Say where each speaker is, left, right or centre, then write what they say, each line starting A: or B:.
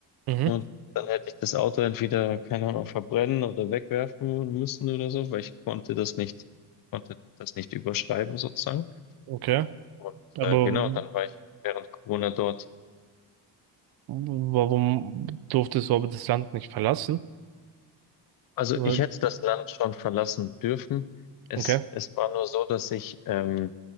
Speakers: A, on the right; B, on the left.
A: Mhm.
B: Und dann hätte ich das Auto entweder, keine Ahnung, verbrennen oder wegwerfen müssen oder so, weil ich konnte das nicht, konnte das nicht überschreiben sozusagen.
A: Okay.
B: Und
A: Aber
B: äh, genau, dann war ich während Corona dort
A: warum durftest du aber das Land nicht verlassen?
B: Also
A: Weil-
B: ich hätte das Land schon verlassen dürfen. Es,
A: Okay.
B: es war nur so, dass ich, ähm,